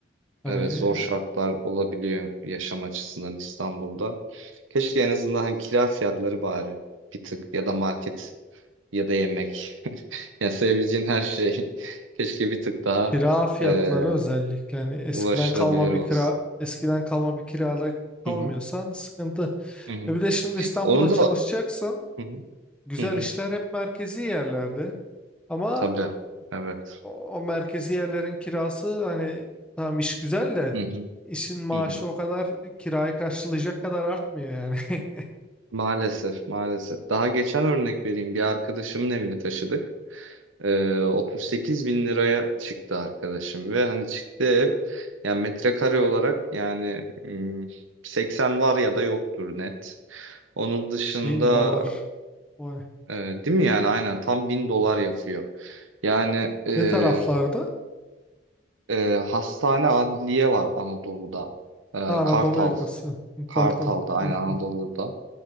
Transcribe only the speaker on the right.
Evet
zor şartlar olabiliyor yaşam açısından İstanbul'da. Keşke en azından hani kira fiyatları bari bir tık ya da market ya da yemek. <laughs> Yani sayabileceğin her şey <laughs> keşke bir tık daha
e,
ulaşılabilir
olsun.
Hı hı,
hı hı.
Onu
da hı hı,
hı hı.
Tabii. Evet.
Hı hı,
hı hı.
Maalesef, maalesef. Daha geçen örnek vereyim. Bir arkadaşımın evini taşıdık. Ee, 38 bin liraya çıktı arkadaşım ve hani çıktı ev yani metrekare olarak yani mm, 80 var ya da yoktur net. Onun dışında
e, değil mi yani aynen tam 1000 dolar yapıyor. Yani e,
e, hastane adliye var Anadolu'da. E,
Kartal.
Kartal'da
aynen
Anadolu'da.